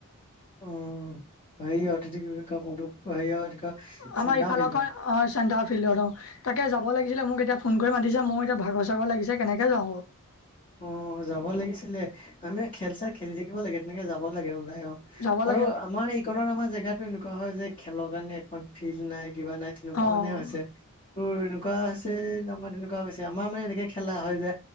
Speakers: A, on the left; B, on the left.
A: অ, হেৰিয়ত এটো কি বুলি কয় মটো হেৰিয়ত কি কয়
B: আমাৰ
A: চেণ্ডা
B: ইফালৰখন
A: ফিল্ডত
B: অ চেণ্টাৰ ফিল্ডৰ তাকে যাব লাগিছিলে মোক এতিয়া ফোন কৰি মাতিছো মোৰ এতিয়া ভাগৰ চাগৰ লাগিছে কেনেকে যাওঁ বাৰু।
A: অ যাব লাগিছিলে আমি খেল চেল খেলি থাকিব লাগে তেনেকে যাব লাগে ওলা অ
B: যাব
A: আৰু
B: লাগে
A: আমাৰ এইকণত আমাৰ জেগাতো এনেকুৱা হয় যে খেলৰ কাৰণে এখন ফিল্ড নাই কিবা নাই তেনেকুৱা
B: অ',
A: মানে হৈছে তোৰ এনেকুৱা হৈছে নাম্বাৰ তেনেকুৱা হৈছে। আমাৰ মানে এনেকে খেলা হয় যে